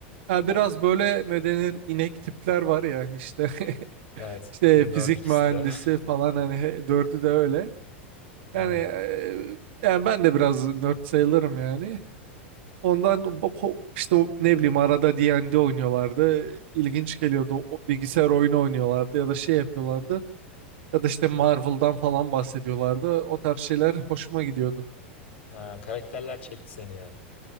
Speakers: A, on the right; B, on the left.
A: ya biraz böyle ne denir inek tipler var yani işte <laughs>
B: Evet.
A: işte
B: Nerd
A: fizik
B: ikisi
A: mühendisi
B: de.
A: falan hani he- dördü de öyle.
B: <laughs> Aynen.
A: Yani e, yani ben de biraz nerd sayılırım yani. Ondan bu ko- işte o ne bileyim arada D&D oynuyorlardı. İlginç geliyordu. O Bilgisayar oyunu oynuyorlardı ya da şey yapıyorlardı. Ya da işte Marvel'dan falan bahsediyorlardı. O tarz şeyler hoşuma gidiyordu.
B: Ha, karakterler çekti seni yani.